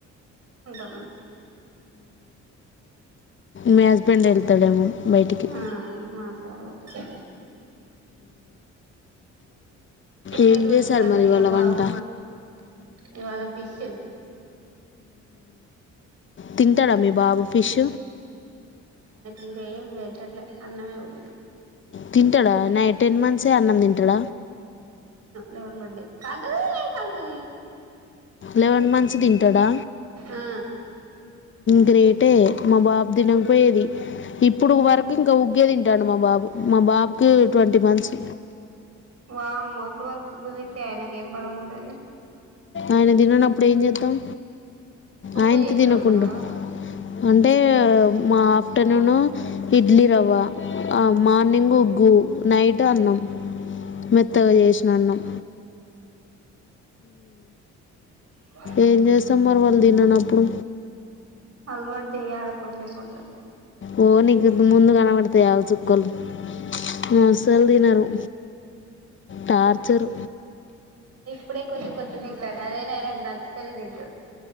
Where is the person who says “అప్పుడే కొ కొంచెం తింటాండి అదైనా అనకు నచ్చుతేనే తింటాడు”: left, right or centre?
Right